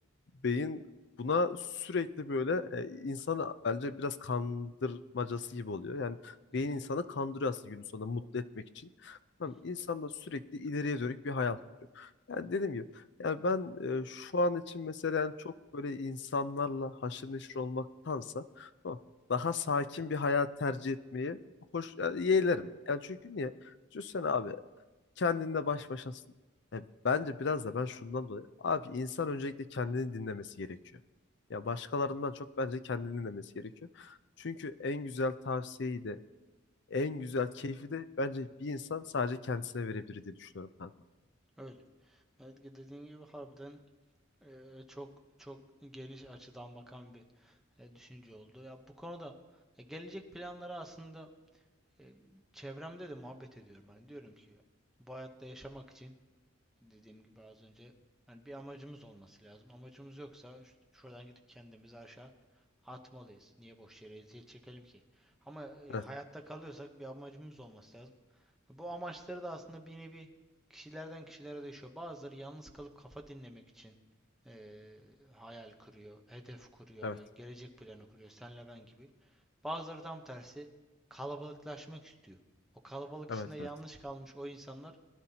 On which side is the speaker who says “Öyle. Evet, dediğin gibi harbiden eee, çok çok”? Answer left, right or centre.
Centre